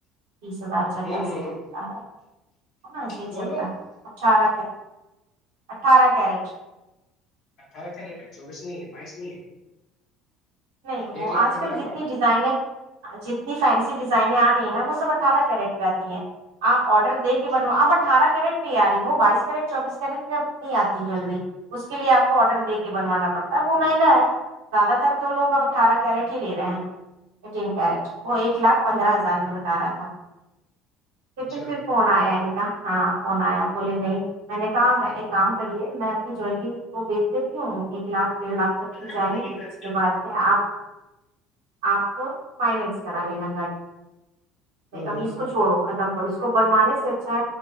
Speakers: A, on the right; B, on the left.
A: تیس ہزار چل
B: ہ
A: رہا ایسے
B: ہ
A: اٹھارہ ایسے ہی
B: سولو
A: چل
B: ہ
A: رہا ہے اٹھارہ کا اٹھارہ کیرٹ
B: اٹھارہ کیا ریٹ ہے چوبیس نہیں ہے بائیس نہیں ہے
A: نہیں وہ
B: ایک لاکھ
A: آج
B: پندرہ
A: کل جتنی
B: کا
A: ڈیزائن جتنی فین ڈیزائن آ رہی ہیں نا وہ سب اٹھارہ کیرٹ پہ آتی ہیں آپ آڈر د
B: اچھا
A: کے بنوا اب اٹھارہ کرنٹ آ رہی ہے وہ بائیس کیرٹ چوبیس کیرٹ پ نہیں آتی جیلری اس کے لیے آپ کو آڈر د کے بنوانا پڑتا ہے وہ مہنگا ہے زیادہ تر تو لوگ اب اٹھارہ کیرٹ ہی لے رہے ہیں ایٹین کیرٹ وہ ایک لاکھ پندرہ ہزار میں بتا رہا تھا لیکن
B: اچھا
A: پھر فون آیا نہیں ہاں فون آیا بولے نہیں میں نے کہا میں ایک کام کریے میں اپنی جویلری کو بیچ دیتی ہوں ایک لاکھ ڈھ لاکھ تک کی
B: نمبر
A: جائے گی
B: یو
A: اس
B: ہیو
A: کے بعد آپ آپ فائنینس کرا لینا گاڑی امیس
B: ہوں
A: کو چھوڑو ک م کر اس کو بنوانے سے اچھا